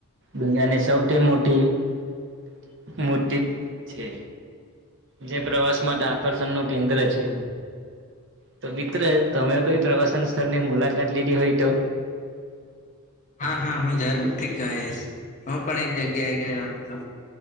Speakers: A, on the right; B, on the left.
A: દુનિયાની સૌ થી મોટી મોટી મૂર્તિ છે. જે પ્રવાસ માટે આકર્ષણ ન કેન્દ્ર છે તો મિત્ર તમે કઈ પ્રવાસન સ્થળ મુલાકાત લીધી હોય તો.
B: હા હા હું જરૂર થી કહીશ હું પણ એક જગ્યાએ ગયો હતો.